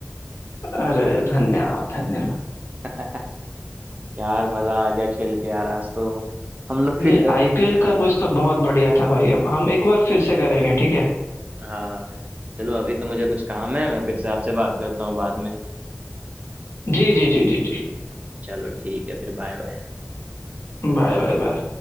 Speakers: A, on the left (about 70°); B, on the right (about 35°).
A: अरे धन्यवाद धन्यवाद
B: <laughs> यार मजा आ गया खेल के यार आज तो हम लोग
A: ये
B: फिर कभी
A: आईपीएल
B: अपने
A: का कुछ तो बहुत बढ़िया था भाई अब हम एक बार फिर से करेंगे ठीक है
B: हाँ चलो अभी तो मुझे कुछ काम है मैं फिर से आपसे बात करता हूँ बाद में
A: जी जी जी जी जी
B: चलो ठीक है फिर बाय बाय
A: Bye bye bye